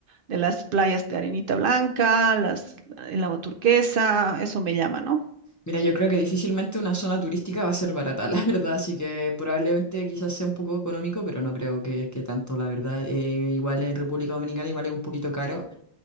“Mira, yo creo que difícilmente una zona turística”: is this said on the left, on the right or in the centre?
Left